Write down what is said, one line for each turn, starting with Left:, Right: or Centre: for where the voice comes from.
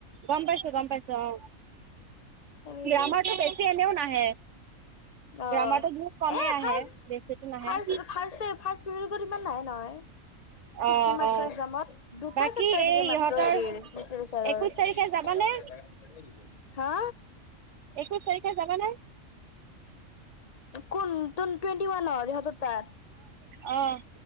Right: গম পাইছো- গম পাইছো অঁ।
Left: এইবোৰ
Right: গ্ৰামাৰতটো
Left: হয়।
Right: বেছি এনেও নাহে।
Left: অ
Right: গ্ৰামাৰটো বহুত কমেই
Left: এ
Right: আহে,
Left: ফাৰ্ষ্ট
Right: বেচিটো নাহে।
Left: ফাৰ্ষ্ট ফাৰ্ষ্ট পে <unintelligible> ইমান নহয় নহয়। ফিফটি
Right: অ অ
Left: মাৰ্ক্সৰ এক্জামত, দুটা
Right: বাকী
Left: চেপাৰ
Right: এই
Left: দিছে মাত্ৰ
Right: ইহঁতৰ
Left: হেৰিৰ, লিটাৰেচাৰ
Right: একৈশ
Left: ৰ।
Right: তাৰিখে যাবানে
Left: হা?
Right: একৈশ তাৰিখে যাবা নে।
Left: কোন তন টুৱেন্টি ৱানৰ ইহতৰ তাৰ
Right: অঁ।